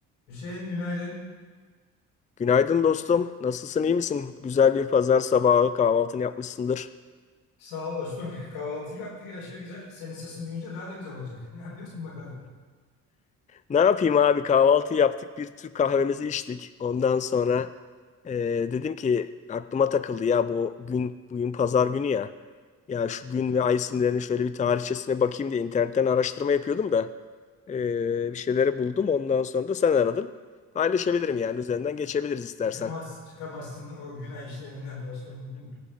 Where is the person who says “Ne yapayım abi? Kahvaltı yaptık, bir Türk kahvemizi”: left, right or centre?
Left